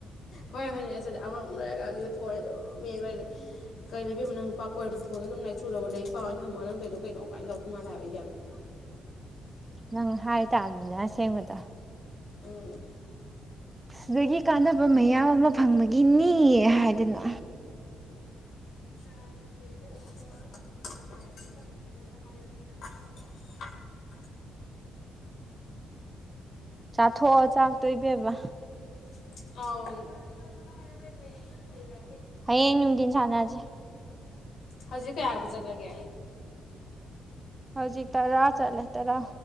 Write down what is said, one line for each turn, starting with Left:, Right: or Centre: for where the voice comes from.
Left: ꯍꯣꯏ ꯍꯣꯏꯅꯦ ꯑꯁꯗꯤ ꯑꯃꯃꯨꯛ ꯂꯩꯔꯒ ꯑꯗꯨꯗꯤ ꯐꯣꯟ ꯑꯗꯨꯝ ꯌꯦꯡ ꯂꯩ꯭ꯔꯗꯤ ꯀꯔꯤ ꯂꯩꯕꯤꯝ ꯅꯪ ꯅꯨꯄꯥ ꯀꯣꯏꯔꯕ ꯐꯣꯟꯗꯣ ꯑꯗꯨꯝ ꯂꯥꯏꯆꯨꯔꯕ ꯂꯩꯛ ꯄꯥꯎꯅ ꯊꯝꯃꯒ ꯅꯪ ꯇꯧꯗꯣ ꯀꯩꯅꯣ ꯀꯃꯥꯏꯅ ꯇꯧꯗ ꯃꯥꯜꯂꯦ ꯍꯥꯏꯕ ꯑꯩ ꯌꯥꯝꯅ
Right: ꯅꯪ ꯍꯥꯏ ꯇꯜ ꯁꯦꯡꯕꯗ
Left: ꯑ
Right: ꯁꯋꯒꯤ ꯀꯥꯟꯅꯕ ꯃꯌꯥꯝ ꯑꯃ ꯐꯪꯕꯒꯤꯅꯤ ꯍꯥꯏꯗꯅ
Left: ꯑ ꯇ
Right: ꯆꯥꯊꯣꯛꯑꯣ ꯆꯥꯛꯇꯣꯕꯕ
Left: ꯑ
Right: ꯍꯌꯦꯡ ꯅꯨꯡꯗꯤꯟ ꯁꯅꯖꯦ
Left: ꯍꯧꯖꯤꯛ ꯀꯌꯥꯕꯨ ꯆꯠꯂꯒꯦ
Right: ꯍꯧꯖꯤꯛ ꯇꯔꯥ ꯆꯠꯂꯦ ꯇꯔꯥ